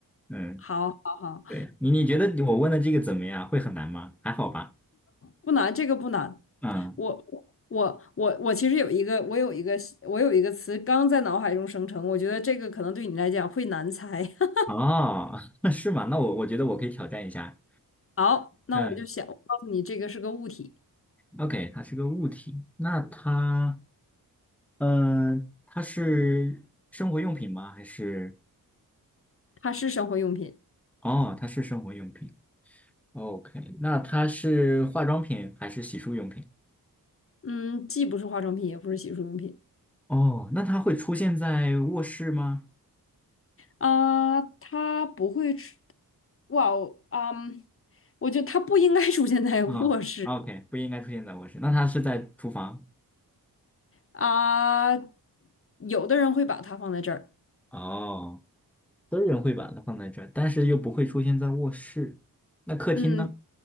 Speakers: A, in the centre; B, on the left.
A: 嗯。
B: 好，好，好，
A: 对你，你觉得我问的这个怎么样？会很难吗？还好吧。
B: 不难，这个不难。
A: 嗯，
B: 我我我我其实有一个我有一个我有一个词刚在脑海中生成，我觉得这个可能对你来讲会难猜。<laughs>
A: 哦，<laughs> 是吗？那我我觉得我可以挑战一下。
B: 好，那我就想，
A: 嗯
B: 我告诉你，这个是个物体，
A: ，OK，它是个物体，那它，嗯、它是生活用品吗？还是
B: 它是生活用品，
A: 哦，它是生活用品。OK，那它是化妆品还是洗漱用品？
B: 嗯，既不是化妆品，也不是洗漱用品。
A: 哦，那它会出现在卧室吗？
B: 啊，它不会出，哇哦，啊！我觉得它不应该出现在卧室
A: 啊、o k 不应该出现在卧室。那它是在厨房？
B: 啊。有的人会把它放在这儿，
A: 哦。私人会把它放在这儿，但是又不会出现在卧室。那客厅呢？
B: 嗯，